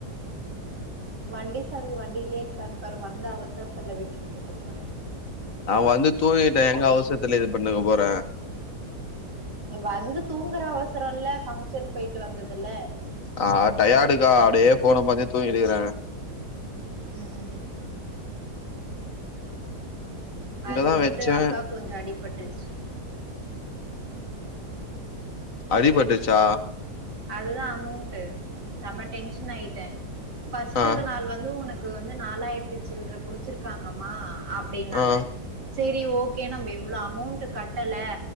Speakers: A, on the right (about 85°); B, on the left (about 55°).
A: வண்டி சாவி வண்டிலே இருக்கான் பாரு வந்த அவசரத்துல விட்டுட்ருக்க போற
B: நா வந்து தூங்கிட்டே எங்க அவசரத்துல இது பண்ண போற
A: வந்து தூங்குற அவசரல்ல பங்க்ஷன் போயிட்டு வந்ததுல
B: கா டயாடுக்கா அப்டியே ஃபோன பாத்தே தூங்கிடுக்குறே
A: ம்
B: இங்கதா
A: அது வந்துட்டு
B: வெச்சே
A: அக்காக் கொஞ்சோ அடிபட்டுருச்சு
B: அடிபட்டுச்சா
A: அதுதா அமௌன்ட்டு செம்ம டென்ஷன் ஆயிட்டே ஃபஸ்ட்டு
B: ஆ
A: நாள் வந்து உனக் கு வந்து நாலாயிரத்து சில்ற புடிச்சிருக்காங்கம்மா அப்டின்னாங்க
B: ஆ
A: செரி ஓகே நம்ம இவ்ளோ அமௌன்ட்டு கட்டல